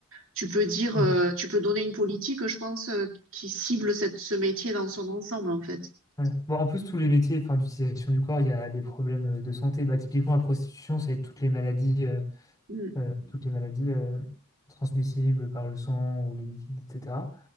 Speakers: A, on the right; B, on the left.
A: tu peux dire,
B: Oui.
A: euh, tu peux donner une politique, je pense, euh, qui cible cette, ce métier dans son ensemble, en fait.
B: Ouais. Bon, en plus, tous les métiers enfin, d'utilisation du corps, il y a des problèmes euh, de santé. Bah, typiquement, la prostitution, c'est toutes les maladies. euh,
A: Mm.
B: euh, toutes les maladies euh, transmissibles par le sang ou les liquides, etc.